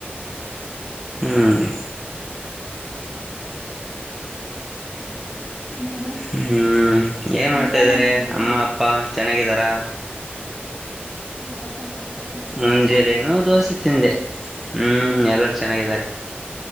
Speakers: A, in the centre; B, on the left.
A: ಹ್ಮ್
B: ಇನ್ನೇನು
A: ಹ್ಮ್ ಏನ್
B: ಮುಂಜಾನೆ
A: ಮಾಡ್ತಾ ಇದ್ದಾರೆ
B: ಏನ್ ತಿಂದ್ರಿ
A: ಅಮ್ಮ ಅಪ್ಪ ಚೆನ್ನಾಗಿದಾರ.
B: ಎಲ್ಲಾ ಚೆನ್ನಾಗಿದ್ದಾರೆ.
A: ಮುಂಜಲೆನುೂ ದೋಸೆ ತಿಂದೆ ಹ್ಮ್ ಎಲ್ಲರ ಚೆನ್ನಾಗಿದ್ದಾರೆ.